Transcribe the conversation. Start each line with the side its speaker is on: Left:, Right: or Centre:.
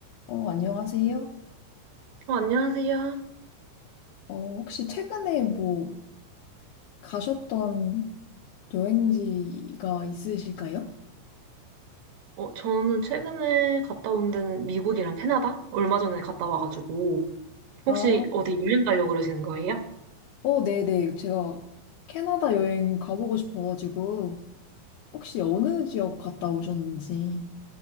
Left: 어, 안녕하세요.
Right: 어, 안녕하세요.
Left: 어, 혹시 최근에 뭐 가셨던 여행지가 있으실까요?
Right: 어, 저는 최근에 갔다 온 데는 미국이랑 캐나다? 얼마 전에 갔다 와가지고.
Left: 아,
Right: 혹시 어디 여행 가려고 그러시는 거예요?
Left: 어, 네네. 제가 캐나다 여행 가보고 싶어가지고, 혹시 어느 지역 갔다 오셨는지.